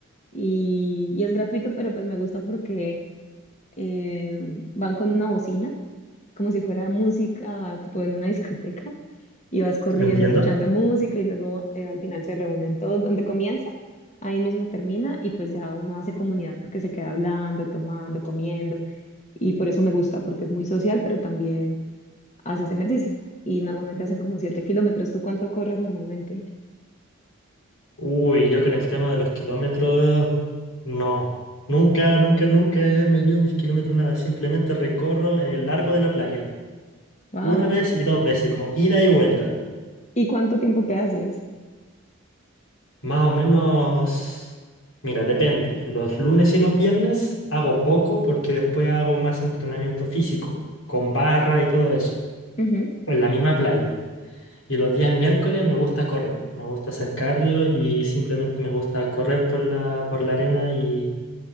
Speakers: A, on the left; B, on the left.
A: y, y es gratuito, pero pues me gusta porque eh, van con una bocina, como si fuera música, tipo en una discoteca, y vas corriendo
B: entiendo.
A: escuchando música y luego eh, al final se reúnen todos. Donde comienza, ahí mismo termina y pues ya uno hace comunidad porque se queda hablando, tomando, comiendo y por eso me gusta porque es muy social, pero también haces ejercicio y normalmente hacen como siete kilómetros. ¿Tú cuánto corres normalmente?
B: Uy, yo con el tema de los kilómetros, no. Nunca, nunca, nunca he medido mis kilómetros, nada. Simplemente recorro el largo de la playa.
A: Wow.
B: Una vez y dos veces, como ida y vuelta.
A: ¿Y cuánto tiempo te haces?
B: Más o menos, mira, depende. Los lunes y los viernes hago poco porque después hago más entrenamiento físico, con barra y todo eso,
A: Ujú.
B: o en la misma playa. Y los días miércoles me gusta correr, me gusta hacer cardio y simplemente me gusta correr por la, por la arena y